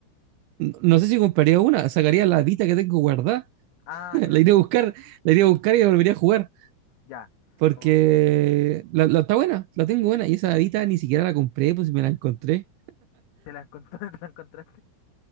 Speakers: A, on the right; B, on the left.
A: No no sé si compraría una, sacaría la Vita que tengo guardada,
B: Ah,
A: <laughs>
B: ya,
A: la iría a buscar, la iría a buscar y la volvería a jugar,
B: ya.
A: porque
B: Con...
A: la, la- está buena, la tengo buena, y esa Vita ni siquiera la compré, pues si me la encontré,
B: ¿Te la encont- <laughs> te la encontraste?